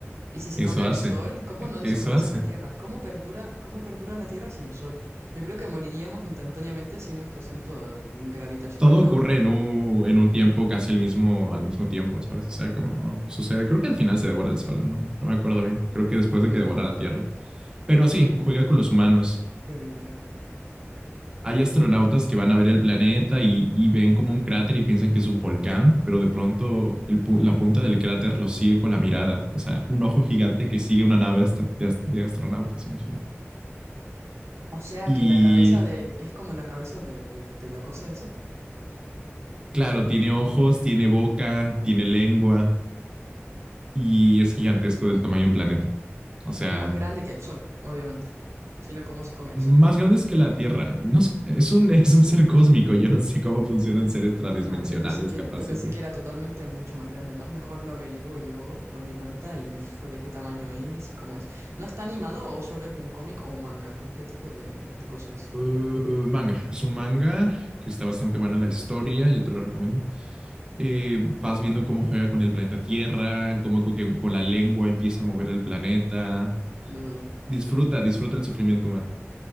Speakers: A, on the right (about 75°); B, on the right (about 20°).
A: Y si se
B: Eso
A: come el
B: hace,
A: Sol, ¿cómo
B: e-
A: no desaparece
B: eso hace.
A: la Tierra? ¿Cómo perdura, cómo perdura la Tierra sin Sol? Yo creo que moriríamos instantáneamente sin nuestro centro gravitacional,
B: Todo
A: ¿no?
B: ocurre en un, en un tiempo casi el mismo, al mismo tiempo, ¿sabes? O sea, como sucede. Creo que al final se devora el sol, no, no me acuerdo bien. Creo que después
A: Uy,
B: de que devora la Tierra. Pero sí,
A: uy,
B: juega con los humanos.
A: qué horrible.
B: hay astronautas que van a ver el planeta y, y ven como un cráter y piensan que es un volcán, pero de pronto el pu- la punta del cráter lo sigue con la mirada, o sea, un ojo gigante que sigue una nave hasta- de, as- de astronautas, imagínate.
A: O sea
B: Y
A: que la cabeza de... es como la cabeza de, de de la cosa esa.
B: claro, tiene ojos, tiene boca, tiene lengua y es gigantesco del tamaño de un planeta. O sea,
A: Más grande que el Sol, obviamente. Sino cómo se come el
B: más
A: Sol.
B: grandes que la Tierra. No sé, es un, <laughs> es un ser cósmico. Yo no sé cómo funcionan seres tradimensionales
A: Nada, yo pensé que,
B: capaces
A: yo pensé
B: de
A: que era totalmente mucho más grande, ¿no? Mejor lo averiguo yo por mi cuenta y me fijo de qué tamaño es y cómo es. ¿No está animado o solo es un cómic o un manga? ¿Qué, qué tipo de, de cosa es?
B: Uh, manga, es un manga que está bastante buena la historia, yo te lo recomiendo. Eh, vas viendo cómo juega con el planeta Tierra, cómo co- que con la lengua empieza a mover el planeta.
A: Lo-
B: Disfruta, disfruta el sufrimiento humano,